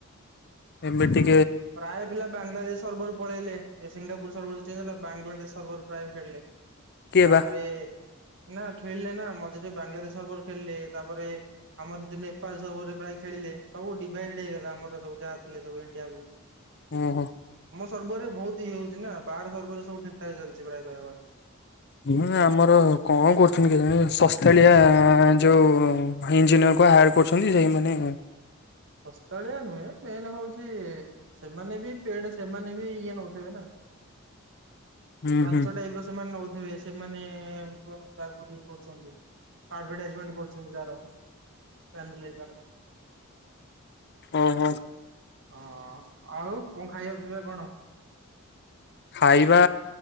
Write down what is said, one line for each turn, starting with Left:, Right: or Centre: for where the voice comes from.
Left: ଏମେ ଟିକ।
Right: ପ୍ରାୟ ପିଲା ବାଂଲାଦେଶ ସର୍ବରୁ ପଳେଇଲେ ସିଙ୍ଗାପୁର ସର୍ବ ଚଞ୍ଜ ହେଲା ବାଂଲାଦେଶ ସର୍ବର ପ୍ରାୟ ଖେଳିଲ
Left: କିଏ
Right: ତାପରେ
Left: ବା
Right: ନା ଖେଳିଲେ ନା ମତେ ସେଠି ବାଂଲାଦେଶ ସର୍ବର ଖେଳିଲେ ତାପରେ ଆମର ସେଠ ନେପାଳ ସର୍ବରେ ପ୍ରାୟ ଖେଳିଲେ ସବୁ ଡିଭାଇଡ ଆମର ସବୁ ଯାହା ଥିଲେ ସୁ ଇଣ୍ଡିଆ ବଲା।
Left: ଓ ହୋ।
Right: ସର୍ବରେ ବହୁତ ଇଏ ହଉଛି ନା ବାହାର ସର୍ବରେ ସବୁ ଠିକଠାକ ଚାଲିଛି ପ୍ରାୟ କହିବା ଗଲେ।
Left: ହୁଁ ଆମର କଣ କରୁଛନ୍ତି କେଜାଣି ସସ୍ ସ୍ଥଳିଆ ଯୋଉ ଇଞ୍ଜିନିୟର କ ହାୟାର କରୁଛନ୍ତି ସେଇମାନେ
Right: ଶସ୍ତାଳିଆ ନୁହେଁ ମେନ୍ ହଉଛି ସେମାନେ ବି ପେଡ ସେମାନେ ବି ଇଏ ନଉଥିବେ ନା।
Left: ହୁଁ
Right: ଲାଞ୍ଚ
Left: ହୁଁ
Right: ଟାଇପ ର ସେମାନେ ନଉଥିବେ ସେମାନେ ତାକୁ ଇଏ କରୁଛନ୍ତି। ଆଡଭର୍ଟାଇଜମେଣ୍ଟ କରୁଛନ୍ତି ତାର ପାନୁ ଲେଙ୍କା ର।
Left: ଓ ହୋ।
Right: ହଁ ଆଉ କଣ ଖାଇବା ପିଇବା କଣ?
Left: ଖାଇବା